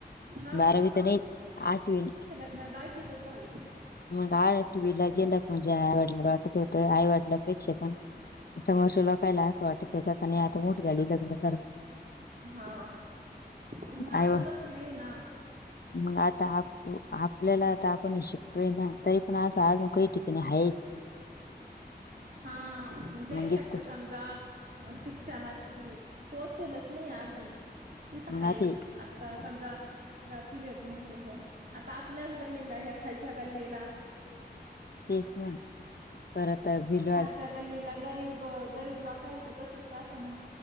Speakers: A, on the right; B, on the left.
A: हा
B: बारावी त नाहीच आठवी.
A: म्या दहावीतच झाली.
B: मग आठवी ला गेला म्हणजे आईवडीला वाटतं होतं आई वडीला पेक्षा पण समोरच्या लोकाना असं वाटतं होतं कि नाही आता मोठ झाली लग्न करून.
A: हा प मग आता
B: आई
A: तसं नाहीे ना.
B: मग आता आपल्याला आता आपण शिकतो. तोय ना तरी पण असं अजून काही ठिकाणी आहे.
A: हा ज्याच्या
B: मग इत
A: कडं समजा. अ - शिक्षणाच पोहोचेलच नाही अजून. तिथं
B: मग
A: हा हेचं
B: आता
A: आता समजा. जाती भेत नाही त्याच्यात आता आपल्याच गल्लीला, या्या खालच्या गल्लीला,
B: तेचं न -परत होईल.
A: खालच्या गल्लीला गरीब - गरीब लोकांचं तसंच राहत ना.